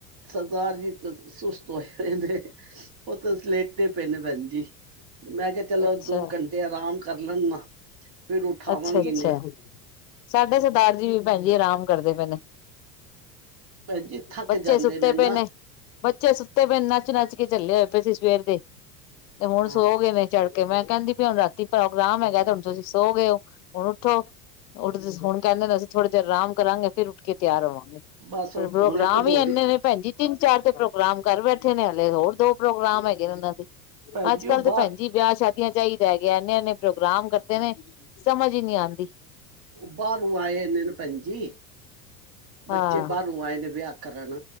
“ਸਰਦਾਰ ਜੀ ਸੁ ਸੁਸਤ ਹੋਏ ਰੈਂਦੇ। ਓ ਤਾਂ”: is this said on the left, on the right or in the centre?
Right